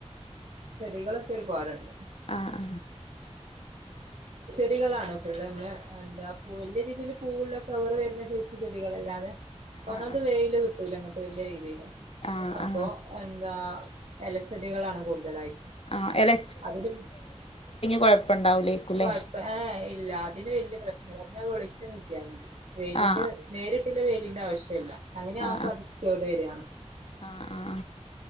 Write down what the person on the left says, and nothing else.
ആ ആ
ആ
ആ
ആ
ആ എല
കുഴപ്പണ്ടാവൂലേക്കുല്ലേ
ആ
ആ ആ
ആ ആ